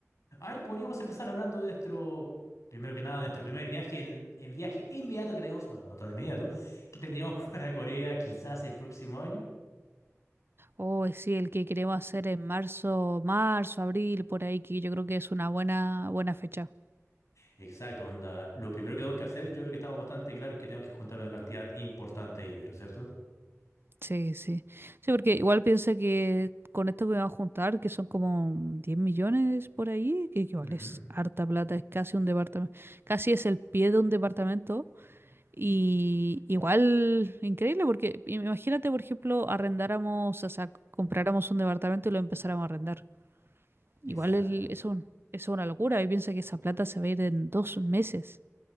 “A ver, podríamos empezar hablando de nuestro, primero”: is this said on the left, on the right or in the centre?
Left